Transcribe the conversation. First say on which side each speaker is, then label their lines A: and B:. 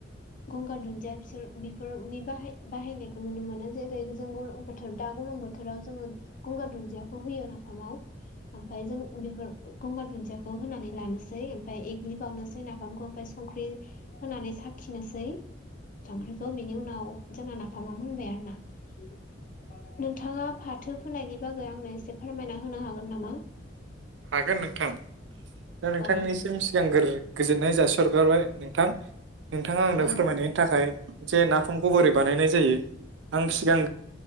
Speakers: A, on the left (about 45°); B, on the right (about 70°).
A: गंगार दुन्दिया बिसोर बेफोरनि बाहाय बाहायनायखौ नुनो मोनो जेरै जों बोथोर दि गरां बोथोराव जोङो गंगार दुन्दियाखौ होयो नाफामाव ओमफ्राय जों बेफोर गंगार दुन्दियाखौ होनानै लानोसै ओमफ्राय एग्लि बावनोसै नाफामखौ आमफ्राय सं संख्रि होनानै साखिनोसै संख्रिखौ बिनि उनाव जोंना नाफामा मोनबाय आरोना नोंथाङा फाथो फोनायनि बागै आंनो एसे फोरमायना होनो हागोन नामा
B: हागोन नोंथां दा नोंथांनिसिम
A: औ
B: सिगांग्रो गोजोननाय जासिरगारबाय नोंथां नोंथाङा आंनो
A: औ
B: फोरमायनायनि थाखाय जे नाफामखौ बोरै बानायनाय जायो आं सिगां